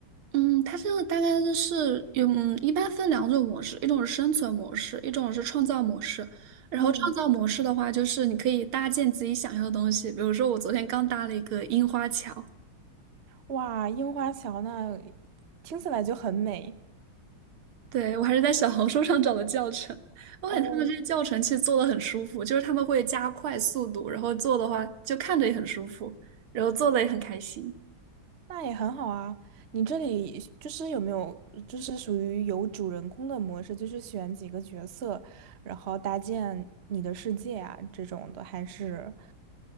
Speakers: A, on the right (about 80°); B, on the right (about 40°).
A: 嗯，它这个大概就是有，嗯一般分两种模式，一种是生存模式，一种是创造模式。然后创造模式的话，
B: 嗯，
A: 就是你可以搭建自己想要的东西，比如说我昨天刚搭了一个樱花桥，
B: 哇，樱花桥那听起来就很美
A: 对，我还是在小红书上找的教程，我感觉他们这个教程其实做的很舒服，
B: 哦，
A: 就是他们会加快速度，然后做的话就看着也很舒服，然后做的也很开心。
B: 那也很好啊。你这里就是有没有就是属于有主人公的模式，就是选几个角色，然后搭建你的世界啊这种的，还是？